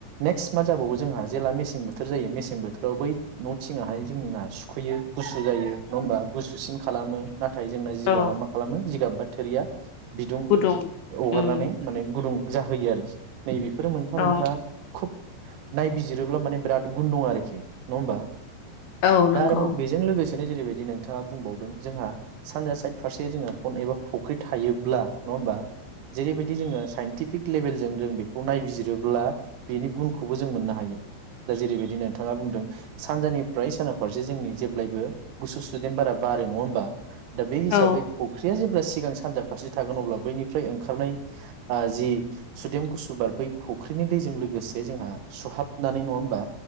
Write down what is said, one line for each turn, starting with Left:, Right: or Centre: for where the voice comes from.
Right: नेक्स्ट मा जाबावो जोंहा जेला मेसें बोथोर जायो मेसें बोथोराव बै न'थिङाहाय जोंना सुखैयो गुसु जायो नङा होमबा गुसुसिन खालामो। नाथाय जोंना जिगाबा
Left: औ
Right: मा खालामो जिगाब बा थुरिया बिदुं
Left: गुदुं
Right: हगारनानै
Left: उम
Right: माने गुदुं जाहोयो आरोखि। नैबे फोरो मोनफा
Left: औ
Right: मोनफा खुब नायबिजिरोब्ला माने बिराद गुन दं आरोखि नङा होमबा।
Left: औ नंगौ
Right: दा आरोबाव बेजों लोगोसे बेनो जेरैबायदि नोंथाङा बुंबावदों जोंहा सानजा साइद फारसे जोंहा फन एबा फुख्रि थायोब्ला नङा होमबा जेरैबायदि जोङो साइनटिफिक लेभेलजों जों बे खौ नायबिजिरोब्ला बेनि गुनखौबो जों मोननो हायो। दा जेरैबायदि नोंथाङा बुंदों सानजानिफ्राय साना फारसे जोंनि जेब्लायबो गुसु सुदेम बारा बारो नङा होमबा। दा बे हिसाबै
Left: औ
Right: फुख्रिया जे सिगां सानजा फारसे थागोन अब्ला बैनिफ्राय ओंखारनाय ओ जि सुदेम गु सु बार बै फुख्रिनि दैजों लोगोसे जोंहा सुहाबनानै नङा होमबा